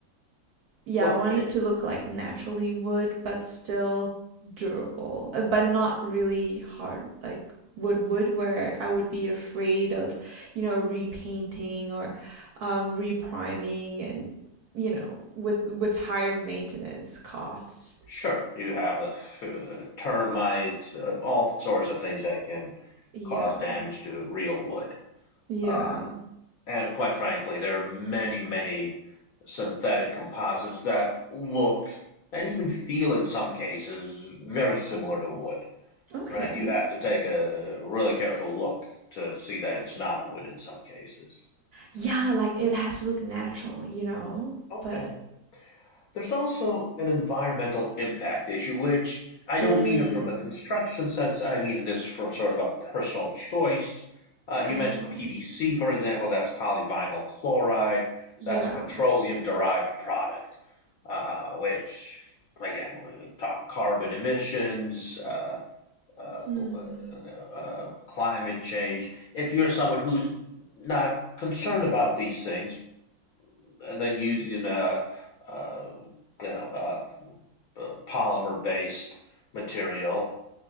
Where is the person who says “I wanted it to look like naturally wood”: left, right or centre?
Right